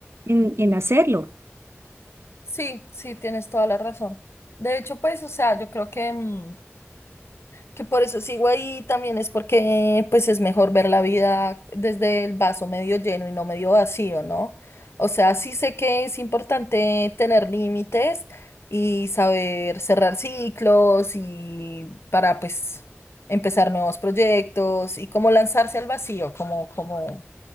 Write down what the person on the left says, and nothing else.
Sí, sí, tienes toda la razón. De hecho, pues, o sea, yo creo que... mm, Que por eso sigo ahí también es porque pues es mejor ver la vida desde el vaso medio lleno y no medio vacío, ¿no? O sea, sí sé que es importante tener límites y saber cerrar ciclos y para pues empezar nuevos proyectos y como lanzarse al vacío, como, como,